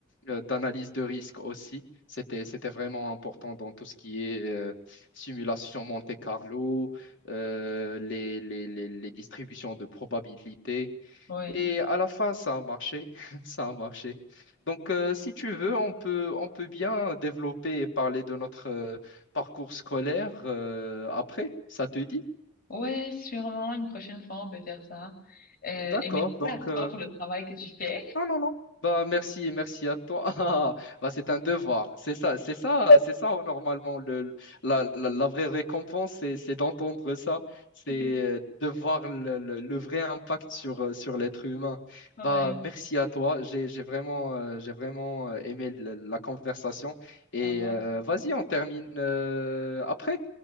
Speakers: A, on the left; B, on the left.
A: euh, d'analyse de risque aussi. C'était, c'était vraiment important dans tout ce qui est euh, simulation Monte Carlo, euh, les, les- les- les distributions de probabilité.
B: oui.
A: Et à la fin, ça a marché. <laughs> Ça a marché. Donc, euh, si tu veux, on peut, on peut bien développer et parler de notre euh, parcours scolaire euh, après. Ça te dit?
B: Ouais, sûrement, une prochaine fois, on peut faire ça. Euh,
A: D'accord.
B: et merci
A: Donc,
B: à toi
A: euh,
B: pour le travail que tu fais.
A: Non, non, non. Bah, merci, merci à toi. <laughs> Ah, bah, c'est un devoir. C'est ça, c'est ça, c'est ça, normalement. Le, la, la, la vraie récompense, c'est, c'est d'entendre ça. C'est
B: <laughs>
A: euh, de voir le, le, le vrai impact sur, euh, sur l'être humain.
B: Ouais,
A: Bah, merci à toi. J'ai, j'ai vraiment, euh, j'ai vraiment euh, aimé le- la conversation. Et
B: à moi
A: euh,
B: aussi.
A: vas-y, on termine euh, après.